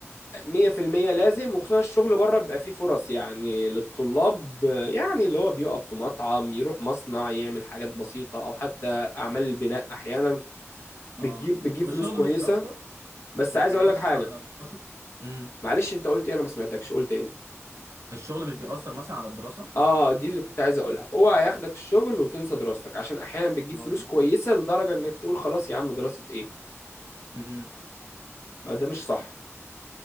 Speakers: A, on the left; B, on the right.
A: 100% لازم وخصوصا الشغل بره بيبقى فيه فرص يعني للطلاب يعني اللي هو بيقف في مطعم يروح مصنع يعمل حاجات بسيطة أو حتى أعمال البناء أحيانا بتجيب
B: اه
A: بتجيب
B: طب
A: فلوس
B: الشغل
A: كويسة
B: مش بيأثر
A: بس
B: مش
A: عايز
B: بيأثر
A: اقول لك حاجه
B: على الدراسه امم
A: معلش انت قلت ايه انا ما سمعتكش قول تاني
B: الشغل مش بيأثر مثلا على الدراسه
A: اه دي اللي كنت عايز اقولها اوعى ياخدك الشغل وتنسى دراستك عشان احيانا بتجيب
B: اه
A: فلوس كويسه لدرجه انك تقول خلاص يا عم دراسه ايه
B: امم
A: فده مش صح